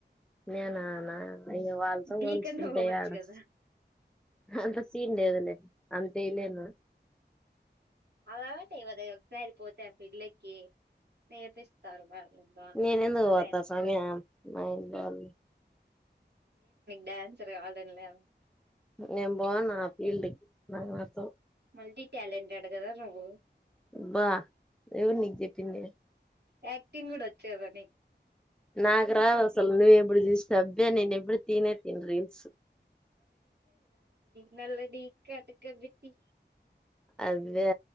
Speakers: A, in the centre; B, on the right.
A: నేనా? లాయరు. అయ్యో, వాళ్లతో
B: డీ
A: పోల్చుకుంటే
B: కన్నా పోవచ్చు
A: ఏదా!
B: కదా
A: అంత సీన్ లేదు లే. అంతేలేనా?
B: అలవాటే వదా. ఒకసారి పోతే ఆ ఫీల్డ్‌లోకి. కె, నేర్పిస్తారు బాగా.
A: నేను ఎందుకు
B: ట్రైనింగ్
A: పోతా సమీ అం? మైండ్ గాల?
B: డ్యాన్సర్ కావాలనలా?
A: నేను పోను ఆ ఫీల్డ్‌కి. నాకు నచ్చదు.
B: మల్టీ ట్యాలెంటెడ్ కదా నువ్వు?
A: అబ్బా, ఎవరు నీకు చెప్పింది?
B: యాక్టింగ్ గూడా వచ్చేదా నీక?
A: నాకు రాదు అసలు? నువ్వవు ఎప్పుడు చూసిన? అబ్బే! నేను ఎప్పుడు తినే తను రీల్స్.
B: నాలాడి కట్టుకబెట్టి.
A: అదే